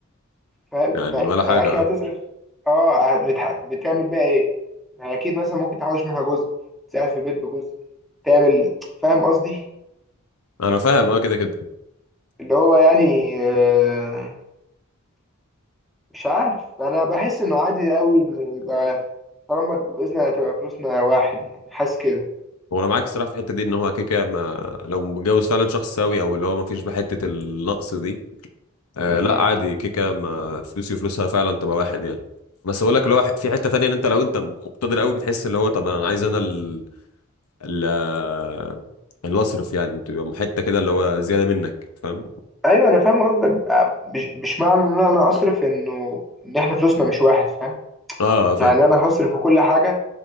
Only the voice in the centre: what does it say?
فاهم
ما
ما
اكيد
هتصرف اه بتح... بتعمل بقى ايه ما اكيد مثلا ممكن تحوش منها جزء تساعد في البيت بجزء تعمل فاهم قصدي
اللي هو يعني آه، مش عارف انا بحس انه عادي قوي انه يبقى طالما اتجوزنا هتبقى فلوسنا واحد يعني حاسس كده
مم.
ايوه انا فاهم قصدك آه، مش مش معنى ان انا اصرف انه ان احنا فلوسنا مش واحد فاهم
يعني انا هصرف في كل حاجه